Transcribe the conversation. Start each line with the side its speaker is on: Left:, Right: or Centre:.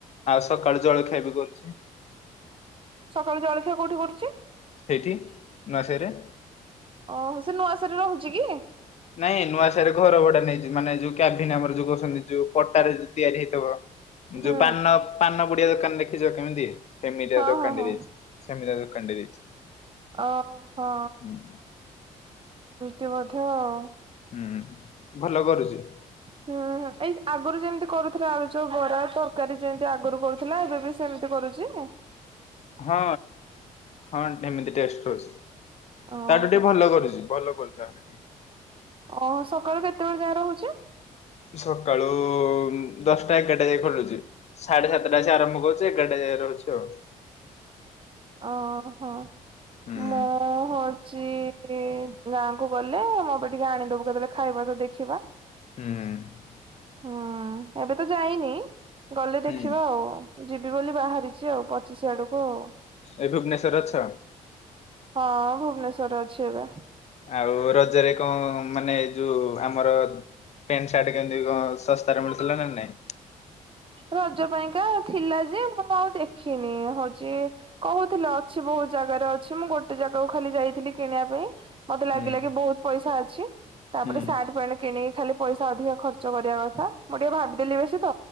Left: ସକାଳୁ ଜଳଖିଆ ବି କରୁଚି।
Right: ସକାଳୁ ଜଳଖିଆ କୋଉଠି କରୁଚି?
Left: ସେଇଠି ନୁଆସାହିରେ।
Right: ଓହୋ ସେ ନୁଆସାହିରେ ରହୁଚି କି?
Left: ନାଇଁ ନୁଆସାହିରେ ଘର ଭଡା ନେଇଚି ମାନେ ଯଉ କ୍ୟାଭିନ୍ ଆମର ଯଉ କହୁଚନ୍ତି ଯୋଉ ପଟାରେ ତିଆରି ହେଇଥିବ।
Right: ହୁଁ
Left: ଯଉ ପାନ ପାନ ପ ପୁଡିଆ ଦୋକାନ ଦେଖିଚ କେମିତି? ସେମିତି
Right: ହଁ
Left: ଆ ଦୋକାନ
Right: ହଁ ହଁ।
Left: ଟେ ଦେଇଚି ସେମିତି ଆ ଦୋକାନ ଟେ ଦେଇଚି
Right: ଓହୋ
Left: ଉଁ।
Right: ତି ବୋଧେ ଆଉ।
Left: ହୁଁ ଭଲ କରୁଚି।
Right: ହୁଁ ହୁଁ ଏଇ ଆଗରୁ ଯେମିତି କରୁଥିଲା ଆଳୁଚପ, ବରା ତରକାରୀ ଯେମତି ଆଗରୁ କରୁଥିଲା ଏବେ ବି ସେମିତି କରୁଚି?
Left: ହଁ ହଁ ଏମିତି ଟେଷ୍ଟ ରହୁଚି।
Right: ଓହୋ
Left: ତାଠୁ ଟିକେ ଭଲ କରୁଚି ଭଲ ଭଲ ଚାହା ରେତି
Right: ଓହୋ ସକାଳୁ କେତେବେଳେ ଯାଏ ରହୁଚି?
Left: ସକାଳୁ ଦଶଟା ଏଗାରଟା ଯାଇ ଖୋଲୁଚି। ସାଢେ ସାତଟା ଆରମ୍ଭ କରୁଛି ଏଗାରଟା ଯାଇଏ ରହୁଚି ଆଉ।
Right: ଓ ହୋ।
Left: ହୁଁ
Right: ମୁଁ ହ ଚି ଗାଁ କୁ ଗଲେ ମୋ ପାଇଁ ଟିକେ ଆଣିଦବୁ କେତେବେଳେ ଖାଇବା ତ ଦେଖିବା।
Left: ହୁଁ।
Right: ହୁଁ। ଏବେ ତ ଯାଇନି ଗଲେ
Left: ହୁଁ
Right: ଦେଖିବା ଆଉ। ଯିବି ବୋଲି ବାହାରିଚି ଆଉ। ପଚିଶି ଆଡକୁ ଆଉ
Left: ଏ ଭୁବନେଶ୍ୱରେ ଅଛ?
Right: ହଁ ଭୁବନେଶ୍ୱରରେ ଅଛି ଏବେ।
Left: ଆଉ ରଜରେ କଣ ମାନେ ଯଉଁ ଆମର ପେଣ୍ଟ ସାର୍ଟ କେମିତି କଣ ଶସ୍ତାରେ ମିଳୁଥିଲା ନା ନାଇଁ?
Right: ରଜ ପାଇଁକା ଥିଲା ଯେ ମୁଁ ଆଉ ଦେଖିନି ହଉଛି କହୁଥିଲ ଅଛି ବହୁତ ଜାଗାରେ ଅଛି ମୁଁ ଗୋଟେ ଜାଗାକୁ ଖାଲି ଯାଇଥିଲି କିଣିବା ପାଇଁ ମତେ ଲାଗିଲାଗି
Left: ହୁଁ
Right: ବହୁତ ପଇସା ଅଛି ତାପରେ
Left: ହୁଁ
Right: ସାର୍ଟ ପ୍ୟାଣ୍ଟ କିଣିକି ଖାଲି ପଇସା ଅଧିକ ଖର୍ଚ୍ଚ କରିବା କଥା। ମୁଁ ଟିକେ ଭାବି ଦେଲି ବେଶି ତ